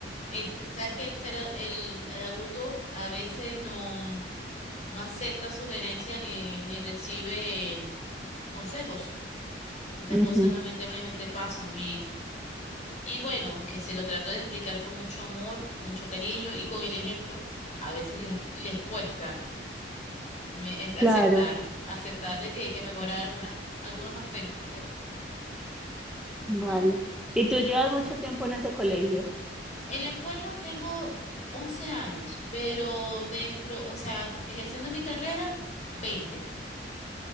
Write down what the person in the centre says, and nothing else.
Ujú,
Claro,
vale. ¿Y tú llevas mucho tiempo en ese colegio?